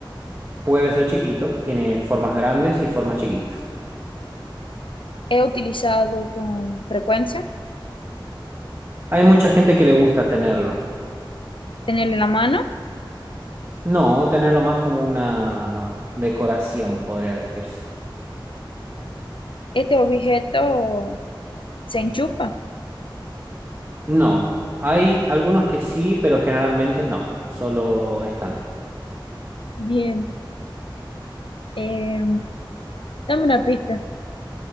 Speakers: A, on the right; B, on the left.
A: Puede ser chiquito. Tiene formas grandes y formas chiquitas.
B: es utilizado con frecuencia,
A: Hay mucha gente que le gusta tenerlo.
B: tenerlo en la mano.
A: No, tenerlo más como una decoración, podría decirse.
B: Este objeto se enchufa.
A: No, hay algunos que sí, pero generalmente no, solo están.
B: Bien, eh, dame una pista.